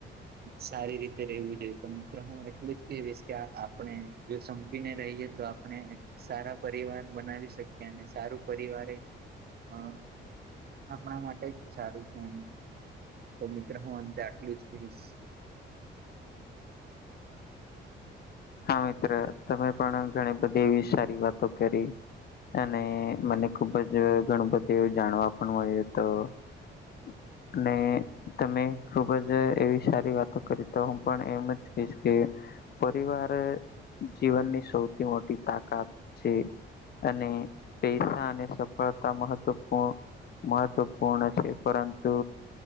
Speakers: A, on the right; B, on the left.
A: સારી રીતે રહેવું જોઈએ પણ મિત્ર હું એટલું જ કેવીશ કે આપણે જો સંપીને રહીએ તો આપને સારા પરિવાર બનાવી શક્યા અને સારું પરિવારે એ અ આપણા માટે જ સારું છે એમ તો મિત્ર હું અંતે આટલું જ કહીશ
B: હા મિત્ર તમે પણ ઘણી બધી એવી સારી વાતો કરી અને મને ખુબ જ ઘણું એવું જાણવા પણ મળ્યું તું <inaudible> ને તમે ખુબ જ એવી સારી વાતો કરી તો હું પણ એમ જ કહીશ કે પરિવાર જીવનની સૌથી મોટી તાકાત છે. અને પૈસા અને સફળતા મહત્વપૂર્ણ મહત્વપૂર્ણ છે પરંતુ